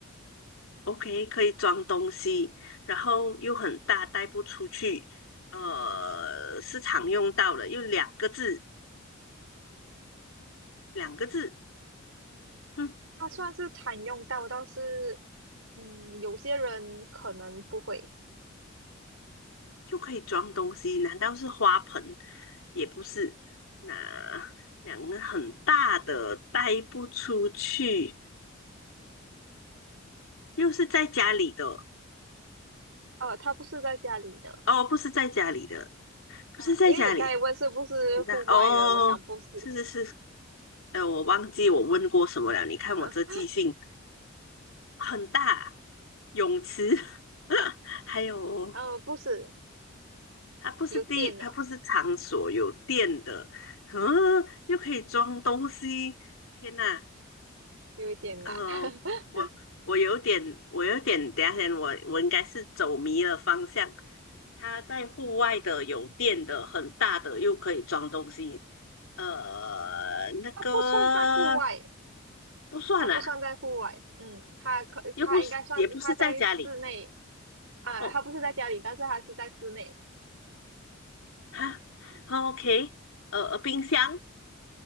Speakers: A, on the left; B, on the right.
A: OK，可以装东西，然后又很大，带不出去，呃，是常用到的，又两个字，两个字，哼，
B: 它算是常用到，但是，嗯，有些人可能不会，
A: 又可以装东西，难道是花盆？也不是，那两个很大的，带不出去，又是在家里的，
B: 呃，它不是在家里的。
A: 哦，不是在家里的，不是在家里，
B: 啊，因为你刚才问是不是户外的，
A: 很大，哦，
B: 我讲不是，
A: 是是是，呃，我忘记我问过什么了，你看我这记性。
B: <laughs>
A: 很大泳池，<laughs> 还有
B: 嗯，不是，
A: 它不是地，
B: 有电呢，
A: 它不是场所，有电的，嗯，又可以装东西，天哪，
B: 有一点难，
A: 呃，
B: <laughs>
A: 我我有点，我有点，等一下先，我我应该是走迷了方向。它在户外的，有电的，很大的，又可以装东西，呃，那个
B: 它不算在户外，
A: 不算啦，
B: 它不算在户外，嗯，它可它应该算它在室内，
A: 又不是，也不是在家里。
B: 啊、
A: 哦，
B: 它不是在家里，但是它是在室内，
A: 哈哦，OK，呃，呃冰箱